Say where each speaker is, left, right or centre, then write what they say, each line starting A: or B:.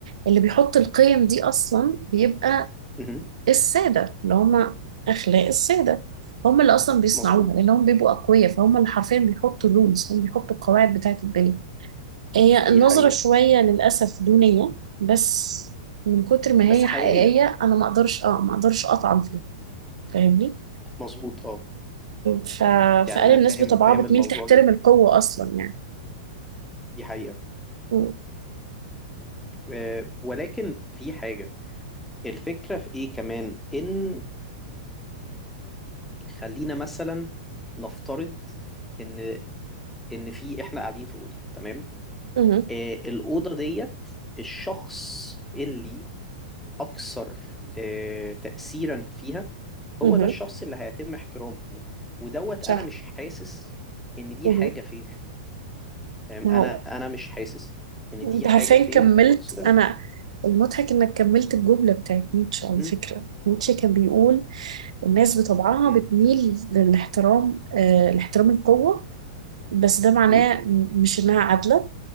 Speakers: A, on the right; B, in the centre.
A: اللي بيحط القيم دي أصلا بيبقى
B: مهم.
A: السادة اللي هما أخلاق السادة هم اللي اصلا بيصنعوها
B: مظبوط
A: لانهم بيبقوا اقوياء فهم اللي حرفيا بيحطوا الرولز هم بيحطوا القواعد بتاعه الدنيا هي
B: دي
A: النظرة
B: حقيقة
A: شوية للأسف دونية بس من كتر ما
B: بس
A: هي
B: حقيقية
A: حقيقية أنا ما أقدرش أه ما أقدرش أطعن فيها فاهمني؟
B: مظبوط أه
A: ف...
B: يعني
A: فقال
B: أنا
A: الناس
B: فاهم
A: بطبعها
B: فاهم
A: بتميل
B: الموضوع
A: تحترم
B: جدا
A: القوة
B: يعني
A: أصلا يعني
B: دي حقيقة
A: م-
B: أه ولكن في حاجة الفكرة في إيه كمان إن خلينا مثلا نفترض ان ان في احنا قاعدين في اوضه تمام
A: مه.
B: آه الاوضه ديت الشخص اللي اكثر آه تاثيرا فيها هو
A: مه.
B: ده الشخص اللي هيتم احترامه ودوت
A: صح
B: انا مش حاسس ان دي حاجه
A: مه.
B: فير تمام
A: ما
B: انا
A: هو
B: انا مش حاسس ان
A: أنت
B: دي حاجه
A: عارفين
B: فير
A: كملت
B: whatsoever
A: أنا المضحك إنك كملت الجملة بتاعت نيتشه على
B: امم
A: فكرة نيتشه كان بيقول الناس بطبعها
B: امم
A: بتميل للاحترام آه، لاحترام القوة بس ده معناه
B: امم
A: مش إنها عادلة